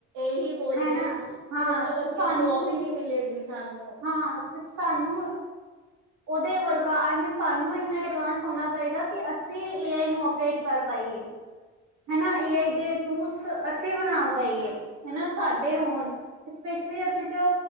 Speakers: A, on the right (about 85°); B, on the right (about 65°).
A: ਇਹੀ ਬੋਲਦੇ
B: ਹੈਨਾ।
A: ਕਿ
B: ਹਾਂ,
A: ਮਤਲਬ ਅੱਗੇ
B: ਸਾਨੂੰ
A: ਜੋਬ ਹੀ ਨਹੀਂ ਮਿਲੇਗੀ। ਸਾਨੂੰ
B: ਹਾਂ ਤੇ ਸਾਨੂੰ ਉਹਦੇ ਵਰਗਾ ਆਈ ਮੀਨ ਸਾਨੂੰ ਇੰਨੇ ਐਡਵਾਂਸ ਹੋਣਾ ਪਏਗਾ। ਕਿ ਅਸੀਂ ਏ ਆਈ ਨੂੰ ਆਪਰੇਟ ਕਰ ਪਾਈਏ।
A: <inaudible>
B: ਹਨਾ, ਏ ਆਈ ਦੇ ਟੂਲਸ ਅਸੀਂ ਬਣਾ ਪਈਏ ਹਨਾ ਸਾਡੇ ਹੋਣ। ਅਸਪੇਸ਼ਲੀ ਅਸੀਂ ਜੋ